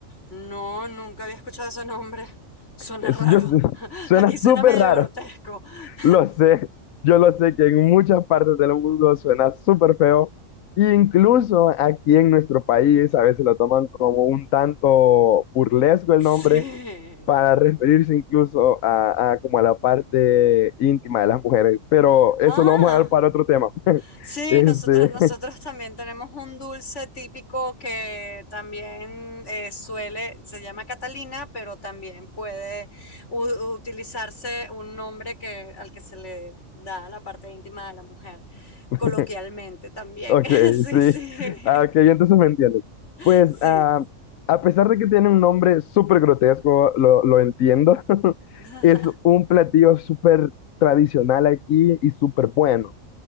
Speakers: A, on the left; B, on the left.
A: no, nunca había escuchado ese nombre. Suena
B: Es-
A: raro.
B: yo, <laughs>
A: <laughs>
B: suena
A: Aquí suena
B: súper
A: medio
B: raro,
A: grotesco. <laughs>
B: <laughs> lo sé. Yo lo sé que en muchas partes del mundo suena súper feo. Incluso aquí en nuestro país a veces lo toman como un tanto burlesco el
A: Sí.
B: nombre para referirse incluso a, a como a la parte íntima de las mujeres, pero eso
A: Ah.
B: lo vamos a dar para otro tema. <laughs>
A: Sí,
B: Este,
A: nosotros, nosotros también tenemos un dulce típico que también eh, suele, se llama Catalina, pero también puede u- utilizarse un nombre que, al que se le da a la parte íntima de la mujer,
B: <laughs>
A: coloquialmente también.
B: ok,
A: <laughs> Sí,
B: sí,
A: sí,
B: Ah, ok, entonces me entiendes.
A: <laughs>
B: Pues
A: sí.
B: ah, a pesar de que tiene un nombre súper grotesco, lo, lo entiendo, <laughs>
A: <laughs>
B: es un platillo súper tradicional aquí y súper bueno.